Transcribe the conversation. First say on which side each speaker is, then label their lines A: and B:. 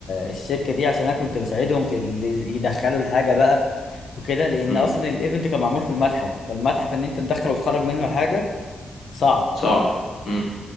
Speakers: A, on the left; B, on the left.
A: الشركه دي عشان انا كنت بساعدهم في اللي يدخلوا الحاجه بقى وكده لان
B: مم.
A: اصلا الايفنت كان معمول في المتحف فالمتحف ان انت تدخل وتخرج منه حاجه صعب
B: صعب مم.